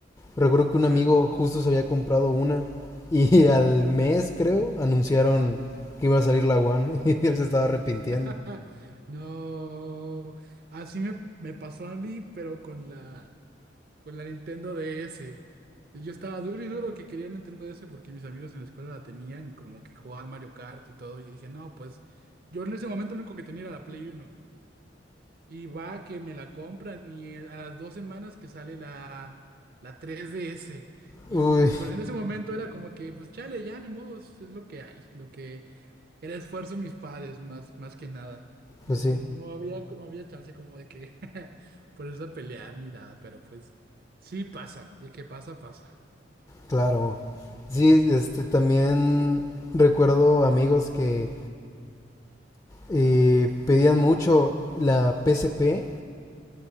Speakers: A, on the left; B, on the right.
A: Recuerdo que
B: Ajá.
A: un amigo justo se había comprado una y <laughs> al mes creo anunciaron que iba a salir la One <laughs> y él se estaba arrepintiendo.
B: <laughs> No. Así me, me pasó a mí, pero con la, con la Nintendo DS. Yo estaba duro y duro que quería un Nintendo DS porque mis amigos en la escuela la tenían y como que jugaban Mario Kart y todo. Y dije, no, pues yo en ese momento lo único que tenía era la Play Uno. Y va que me la compran y a las dos semanas que sale la, la tres D S Y
A: Uy,
B: pues en ese momento era como que, pues chale, ya ni modos, es lo que hay, lo que era esfuerzo de mis padres más, más que nada. Entonces
A: pues sí,
B: no había, no había chance como de que <laughs> ponerse a pelear ni nada, pero pues sí pasa, de que pasa, pasa.
A: claro. Sí, este también recuerdo amigos que eh, pedían mucho la PSP,